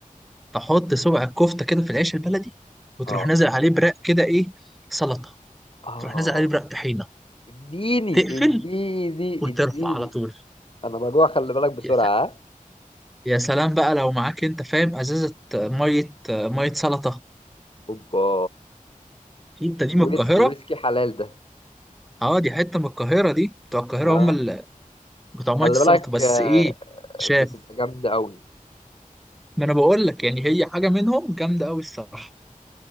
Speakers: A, in the centre; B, on the left.
A: تحط صبع الكفته كده في العيش البلدي وتروح
B: اه
A: نازل عليه برق كده ايه سلطه
B: اه
A: تروح نازل عليه برق طحينه
B: اديني
A: تقفل
B: اديني
A: وترفع
B: اديني
A: على طول
B: انا بجوع خلي بالك بسرعة
A: يا س-
B: ها
A: يا سلام بقى لو معاك انت فاهم ازازه ميه ميه سلطه
B: اوبا
A: انت دي من
B: ويسكي
A: القاهره
B: ويسكي حلال ده
A: اه دي حته من القاهره دي بتوع القاهره
B: اه
A: هم اللي بتوع ميه
B: خلي
A: السلطه
B: بالك
A: بس
B: آه،
A: ايه شاف
B: بتبقى جامدة قوي
A: ما انا بقول لك يعني هي حاجه منهم جامده قوي الصراحه